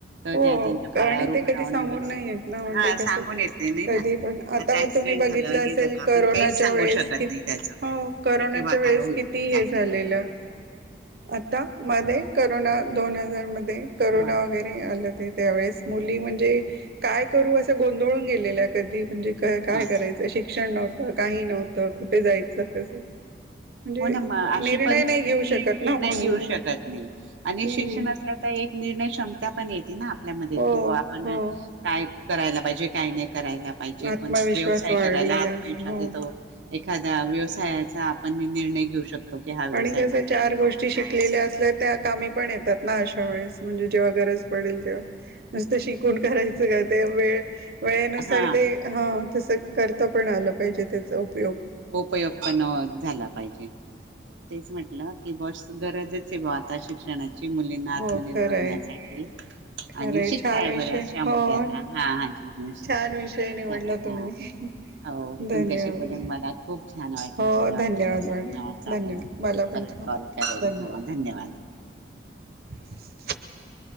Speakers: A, on the right; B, on the right.
A: तर
B: हो
A: त्या त्यांच्या
B: ते
A: पायावर उभं
B: कधी
A: राहून
B: सांगून
A: व्यवस्थित
B: नाही ना म्हणजे
A: हा
B: कस
A: सांगून येते नाही ना
B: कधी पण आता
A: ऍक्सिडेंट
B: तुम्ही बघितलं
A: झालं हे
B: असेल
A: झालं आपण
B: करोनाच्या
A: काहीच सांगू
B: वेळेस
A: शकत
B: क
A: नाही त्याच
B: हो करोनाच्या
A: की केव्हा काय
B: वेळेस
A: होईल
B: किती
A: आणि काय
B: हे झालेलं
A: नाही होणार
B: आता मध्ये करोना दोन हजार मध्ये करोना
A: मग
B: वगैरे आलं ते त्यावेळेस मुली म्हणजे काय करू असं गोंधळून गेलेलं कधी म्हणजे काय
A: मग
B: करायचं शिक्षण नव्हतं काही नव्हतं कुठे जायचं कसं म्हणजे
A: हो ना मग अशी
B: निर्णय
A: परिस्थिती
B: नाही घेऊ शकत
A: निर्णय
B: ना कोणी
A: घेऊ
B: मण
A: शकत नाही आणि
B: हम्म
A: शिक्षणल्या तर एक निर्णय क्षमता पण येते ना आपल्यामध्ये
B: हो
A: कि आपण
B: हो
A: काय करायला पाहिजे काही नाही करायला पाहिजे
B: आत्मविश्वास
A: कोण व्यवसाय
B: वाढलेला
A: करायला आत्मविश्वास
B: हो
A: तो एखादा्या व्यवसायाचा आपण निर्णय घेऊ शकतो की हा व्यवसाय
B: आणिस
A: करू
B: चार
A: शकतो
B: गोष्टी
A: का काय
B: शिकलेल्या
A: असं
B: असल्या त्या कामी पण येत ना अशा वेळेस म्हणजे जेव्हा गरज पडेल तेव्हा नुसत शिकून करायचं का ते वेळ वेळेनुसार
A: हा
B: ते हा तसं करतं पण आलं पाहिजे त्याचा उपयोग.
A: उपयोग पण झाला पाहिजे.
B: हो
A: तेच म्हटलं की बस गरजच आहे बा आता शिक्षणाची मुलींना आत्मनिर्भर
B: हो खरंय
A: होण्यासाठी. आणि
B: खरंय
A: शिकताय
B: छान विषय
A: बऱ्याचशा मुले
B: हो
A: आता हा हा छानष
B: छान विषय निवडला
A: ला हा.
B: तुम्ही
A: हो
B: धन्यवाद
A: तुमच्याशी बोलून मला खूप छान वाटलं
B: हो
A: बरं
B: धन्यवाद
A: वाटलं
B: मॅडम
A: ह चालेल
B: धन्यवाद मला पण
A: परत
B: छान
A: कॉल करेल
B: धन्यवाद
A: हा धन्यवाद.
B: <inaudible>